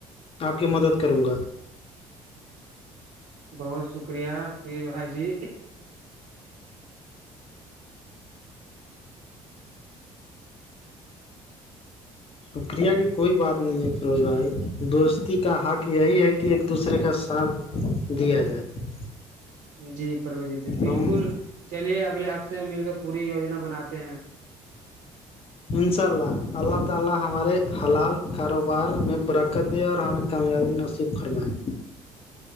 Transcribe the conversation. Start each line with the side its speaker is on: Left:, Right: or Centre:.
Left: آپ کی مدد کروں گا
Right: بہت شکریہ فرید بھائی جی
Left: شکریہ کی کوئی بات نہیں ہے روز بائی دوستی کا حق یہی ہے کہ ایک دوسرے کا ساتھ دیا جائے
Right: جی پرمی جی تھی بالکل
Left: ہم
Right: چلیے اگلے ہفتے میں مل کے پوری یوجنا بناتے ہیں
Left: ان شاء اللہ اللہ تعالی ہمارے حلال کاروبار میں پرکت ہے اور ہمیں کامیابی نصیب فرمائے